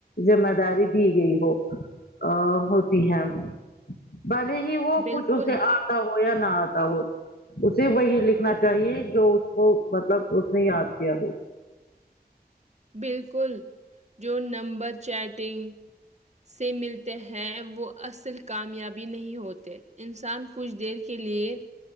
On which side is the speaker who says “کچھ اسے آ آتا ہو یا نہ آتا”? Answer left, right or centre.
Left